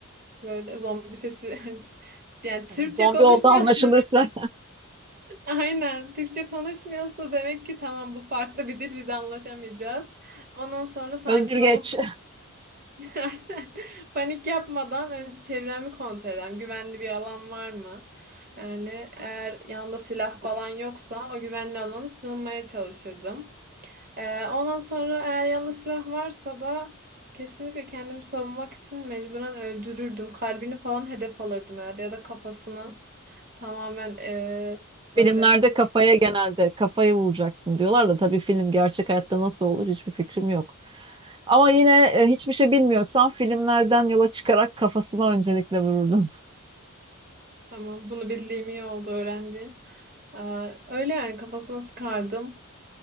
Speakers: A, on the right (about 40°); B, on the right (about 20°).
A: böyle zombi sesi <laughs> yani Türkçe
B: Zombi
A: konuşmuyorsun.
B: oldu anlaşılırsa.
A: Aynen. Türkçe konuşmuyorsa demek ki tamam bu farklı bir dil biz anlaşamayacağız. Ondan sonra sakin
B: Özür geç.
A: olup <laughs> aynen, panik yapmadan önce çevremi kontrol edelim. Güvenli bir alan var mı? Yani eğer yanımda silah falan yoksa o güvenli alana sığınmaya çalışırdım. Ee, ondan sonra eğer yanında silah varsa da kesinlikle kendimi savunmak için mecburen öldürürdüm. Kalbini falan hedef alırdım herhalde ya da kafasını tamamen ee,
B: Filmlerde
A: böyle
B: kafaya genelde kafayı vuracaksın diyorlar da tabii film gerçek hayatta nasıl olur hiçbir fikrim yok. Ama yine e, hiçbir şey bilmiyorsan filmlerden yola çıkarak kafasına öncelikle vururdum.
A: Tamam, bunu bildiğim iyi oldu, öğrendiğim. Ee, öyle yani kafasına sıkardım.